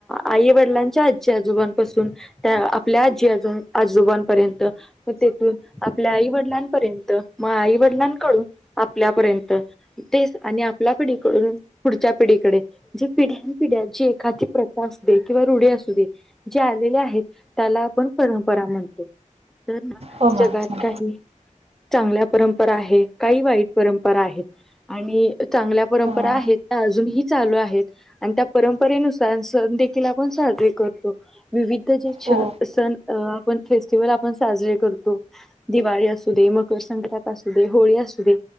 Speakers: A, in the centre; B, on the right.
A: आई वडिलांच्या आजी आजोबांपासून त्या आपल्या आजी आजो आजोबांपर्यंत तेथून आपल्या आई वडिलां र्यंत मग आई वडिलांकडून आपल्यापर्यंत तेच आणि आपल्या पिढीकडून पुढच्या पिढीकडे म्हणजे पिढ्या पिढ्याची एखादी प्रथा किंवा रुढ असू दे जे आलेले आहेत त्याला आपण परंपरा म्हणतो तर
B: हो मॅम
A: जगात काही चांगल्या परंपरा आहे काही वाईट परंपरा आहेत आणि चांगल्या परंपरा
B: हो
A: आहेत त्या अजूनही चालू आहेत आणि त्या परंपरेनुसार सण तिण साजरे करतो विविध जे
B: हो
A: सण आपण फेस्टिवल आपण साजरे करतो दिवाळी असू दे. मकर संक्रांत असू दे. होळी असू दे.